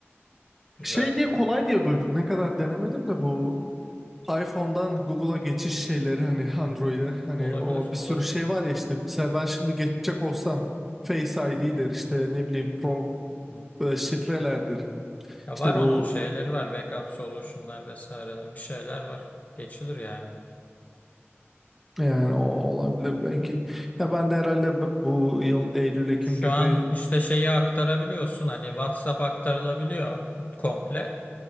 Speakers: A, on the left (about 35°); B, in the centre.
A: Güzel.
B: Şey diye kolay diye duydum. Ne kadar denemedim de bu iPhone'dan Google'a geçiş şeyleri hani Android'e hani
A: Olabilir,
B: o bir
A: olabilir.
B: sürü şey var ya işte mesela ben şimdi geçecek olsam Face
A: Hı
B: ID
A: hı.
B: der işte ne bileyim pro,
A: Hı.
B: e, şifrelerdir
A: Ya
B: İşte
A: var onun
B: bu
A: şeyleri var. Backup solution'lar vesaireler. Bir şeyler var. Geçilir yani.
B: yani o olabilir belki.
A: Hı.
B: Ya ben de herhalde b- bu yıl Eylül Ekim
A: Şu
B: gibi
A: an işte şeyi aktarabiliyorsun. Hani WhatsApp aktarılabiliyor komple.